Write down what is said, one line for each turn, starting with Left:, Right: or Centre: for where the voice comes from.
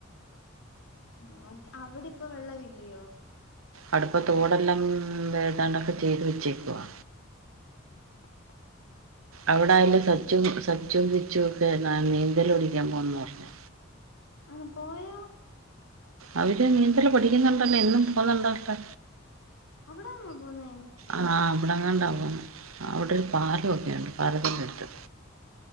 Left: ആഹ് അത് അവിടെ ഇപ്പ വെള്ളവില്ലയോ
Right: അടുപ്പ തോടെല്ലം വേതാണ്ടൊക്കെ ചെയ്ത് വെച്ചേക്കവാ
Left: <inaudible>
Right: അവിടായാല്
Left: ആണല്ലേ
Right: സച്ചു സച്ചും പിച്ചും ഒക്കെ ന നീന്തൽ പടിക്കാ പോണ്ന്ന് പറഞ്ഞു
Left: അവൻ പോയൊ
Right: അവര് നീന്തല് പഠിക്കുന്നുണ്ടല്ലോ എന്നും പോന്നുണ്ടല്ലോ
Left: അവിടാന്നോ പോന്നേ
Right: ആഹ് അവിടെങ്ങാണ്ടാ പോന്നേ അവിടെ ഒരു പാലൊക്കെയുണ്ട് പാലത്തിൻ്റെ എടുത്ത്